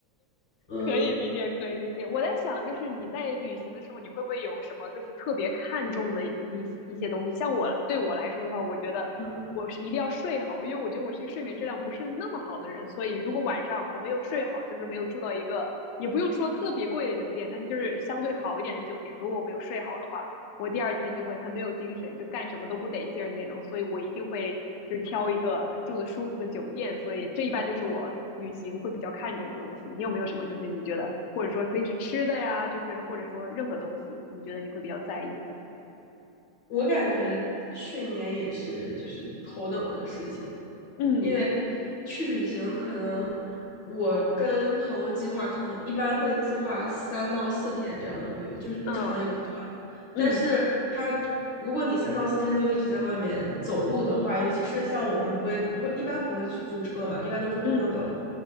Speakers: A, on the left; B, on the left.
A: 嗯
B: 可以理解，可以理解。我在想，就是你在旅行的时候，你会不会有什么就是特别看重的一一一些东西？像我对我来说的话，我觉得我是一定要睡好，
A: 嗯，
B: 因为我觉得我是一个睡眠质量不是那么好的人，所以如果晚上我没有睡好，就是没有住到一个也不用说特别贵的酒店，但是就是相对好一点的酒店，如果我没有睡好的话，我第二天就会很没有精神，就干什么都不得劲儿那种，所以我一定会就是挑一个住的舒服的酒店，所以这一般就是我旅行会比较看重的东西。你有没有什么就是你觉得，或者说可以是吃的呀，就是或者说任何东西，你觉得你会比较在意的？
A: 我感觉睡眠也是就是头等的事情，
B: 嗯
A: 因为去旅行可能我跟朋友计划，可能一般会计划三到四天这样的旅游，就是不长也不短。
B: 嗯嗯
A: 但是它，如果你三到四天都一直在外面走路的话，尤其是像我们不会不会一般不会去租车嘛，一般都是公共交通。
B: 嗯，